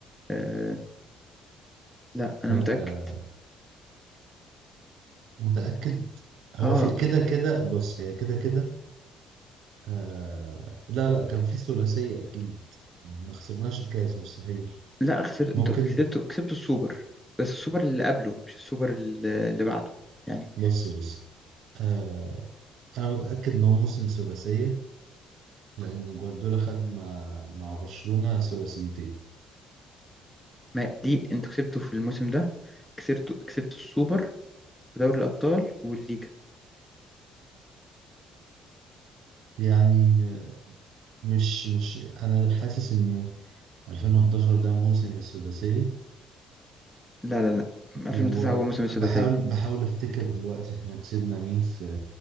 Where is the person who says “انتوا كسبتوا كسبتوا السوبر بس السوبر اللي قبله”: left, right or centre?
Centre